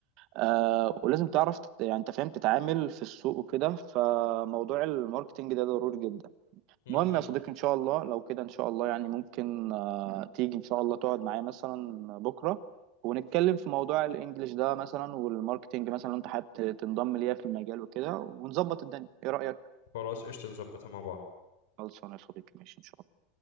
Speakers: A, on the right; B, on the left.
A: آه ولازم تعرف تت- يعني انت فاهم تتعامل في السوق وكده فموضوع الماركتينج ده ضروري جدا
B: م-
A: المهم
B: م.
A: يا صديقي ان شاء الله لو كده ان شاء الله يعني ممكن آه تيجي ان شاء الله تقعد معايا مثلا بكرة ونتكلم في موضوع الانجليش ده مثلا والماركتينج مثلا لو انت حابب ت- تنضم ليا في المجال وكده ونظبط الدنيا ايه رأيك
B: خلاص قشطه نظبطها مع بعض
A: خلصانه يا صديقي ماشي ان شاء الله